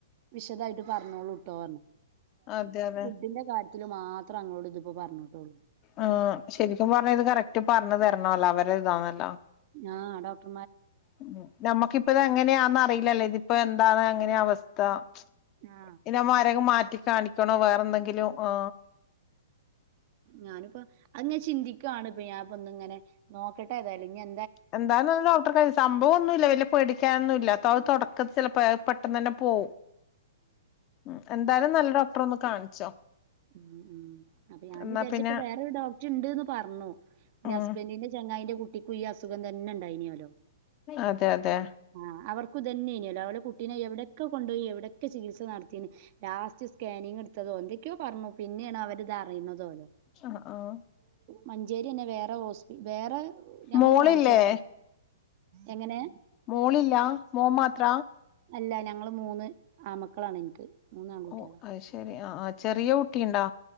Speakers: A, on the right; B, on the left.
A: വിശദായിട്ട് പറഞ്ഞോളൂ ഇട്ടോ പറ
B: അതെ അതെ
A: ത്തിത്തില് മാത്രംേ അങ്ങളോട് ഇതിപ്പോ പറഞ്ഞിട്ടുള്ളൂ
B: ആ ശരിക്കും പറഞ്ഞ ഇത് കറക്റ്റ് പറഞ്ഞഞ് തരണല്ലോ അവരെ ഇതാന്നല്ലോ
A: ആഹ അ ഡോക്ർ
B: ഉ നഞമ്മക്കിപ്പ ഇത എങ്ങനെയാന്ന് അറിയില്ലല്ലേ ഇതിപ്പോൊ എന്താാണ് അങ്ങനെ അവസ്ഥ ത്ത
A: ആ
B: ഇന്നമ്മമാരൊക്കെ മാറ്റി കാണിക്കണോ വേറെ എന്തെങ്കിലും ആ
A: ഞാനുപ്പ അത്ങ്ങ ചിന്തിക്കുവാണ് ഇപ്പ ഞാൻ ഒന്ന്ങ്ങനെ നോക്കട്ട ഏതാലും ഇ
B: <unintelligible> ഡോക്ടർ സംഭവ ഒന്നു ഇല്ല്യ വല്ല്യ പേടിക്കാനൊന്ന ഇല്ല അ അത് തൊട അത്‌ ചെലപ്പോ അയാൾ പെട്ടെന്ന് തന്നെ പോവും ഉം എന്തായാലും നല്ലോ ടർറൊന്ന് കാണിച്ചോ
A: ഉം ഉം അപ്പൊ ഞാൻ
B: എന്നാ
A: വിചാരിച്ചപ്പോ
B: പിന്നെ
A: വേറൊരു ഡോക്ടർ ഇണ്ട്ന്ന് പറഞ്ഞു ന്റെ
B: ഉം
A: ഹസ്ബന്റിന്റെ ചങ്ങായിന്റെ കുട്ട് ട്ടിക്കും ഈ അസുഖം തന്നെ ഇ ണ്ടായ്നീഓലോ
B: അതെ അതെ
A: ആ അവർക്കു ഇത് തന്നെയ്നോലോ കുട്ടിനെ എവിടൊക്ക കൊണ്ടുപോയി എവിടൊക്കെ ചികിത്സ നടത്തി ലാസ്റ്റ് സ്കാനിങ്ങ് എടുത്തതൊ എന്തെ ക്കെയോ പറഞ്ഞു പിന്നെയാണ് അവരിതറിയുന്നതോലോ
B: ആ ആ
A: മഞ്ചേരി എന്നെ വേറെ ഹോസ്പി വേറെ ഞങ്ങൾ
B: മോളില്ലേ
A: കാണിച്ചോട്ത് എങ്ങനേ
B: മോളില്ല മോ മാത്ര
A: അല്ല ഞങ്ങള് മൂന്ന് ആമക്കളാണ് എനിക്ക് മൂന്നാൺകൂട്ട്യാളാ
B: ഓ അത് ശെരി ആ ആ ചെറിയ കുട്ടിണ്ടാ